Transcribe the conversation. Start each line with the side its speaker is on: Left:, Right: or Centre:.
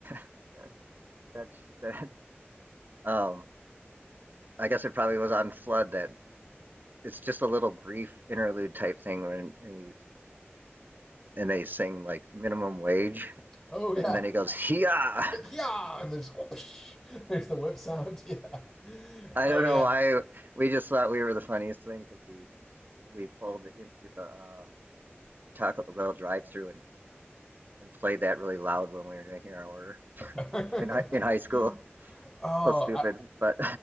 Right: <laughs> That that. Um, I guess it probably was on Flood. That it's just a little brief interlude type thing when and, you, and they sing like minimum wage.
Left: Oh
Right: and
Left: yeah,
Right: then he goes, "Yeah."
Left: <laughs> yeah, and there's <laughs> whoosh, there's the whip sound, <laughs> yeah,
Right: I
Left: oh
Right: don't
Left: yeah.
Right: know why we just thought we were the funniest thing because we we pulled into the um, Taco Bell drive-through and and played that really loud when we were making our order
Left: <laughs>
Right: in hi- in high school.
Left: Oh,
Right: So stupid,
Left: I,
Right: but